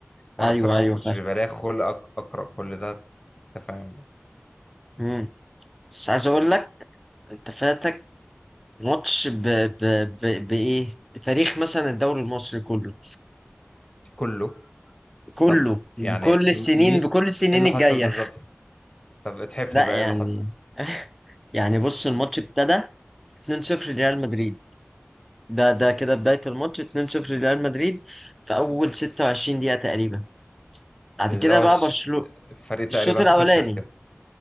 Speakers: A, on the left; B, in the centre.
A: وانا
B: ايوه
A: الصراحه
B: ايوه
A: ما كنتش
B: فاهم
A: بيبقى ليا خلق أق- اقرا كل ده انت فاهم
B: امم بس عايز اقول لك انت فاتك ماتش ب... ب... ب... بايه؟ بتاريخ مثلا الدوري المصري كله
A: كله
B: كله
A: طب
B: بكل
A: يعني
B: السنين
A: م- مي ايه
B: بكل السنين
A: اللي
B: الجاية
A: حصل بالظبط طب اتحفني
B: لا
A: بقى
B: يعني
A: ايه اللي حصل
B: <laughs> يعني بص الماتش ابتدى 2-0 لريال مدريد ده ده كده بداية الماتش 2-0 لريال مدريد في أول 26 دقيقة تقريبا بعد
A: اللي
B: كده
A: هو
B: بقى
A: ش...
B: برشلونة
A: الفريق تقريبا
B: الشوط الأولاني
A: خسر كده